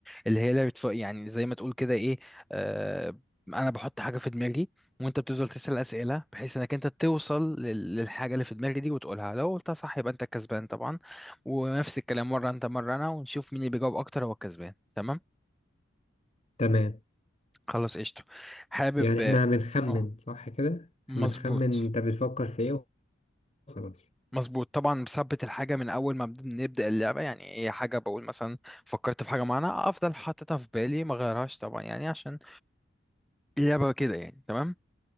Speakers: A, in the centre; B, on the left.
A: اللي هي لعبة ف- يعني زي ما تقول كده ايه آه انا بحط حاجة في دماغي وانت بتفضل تسأل اسئلة بحيث انك انت توصل لل- للحاجة اللي في دماغي دي وتقولها لو قلتها صح يبقى انت الكسبان طبعا ونفس الكلام مرة انت مرة انا ونشوف مين اللي بيجاوب اكتر هو الكسبان تمام
B: تمام
A: خلاص قشطة حابب
B: يعني احنا بنخمن
A: اه
B: صح كده
A: مظبوط
B: إحنا بنخمن انت بتفكر في ايه وخلاص
A: مظبوط طبعا بثبت الحاجة من أول ما بد- بنبدأ اللعبة يعني هي حاجة بقول مثلا فكرت في حاجة معينة أفضل حاططها في بالي ما غيرهاش طبعا يعني عشان اللعبة كده يعني تمام